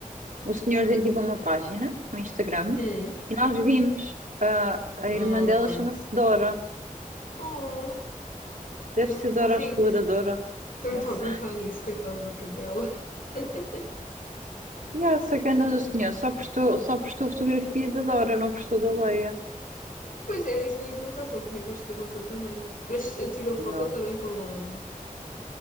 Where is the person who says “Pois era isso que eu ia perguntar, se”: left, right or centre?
Left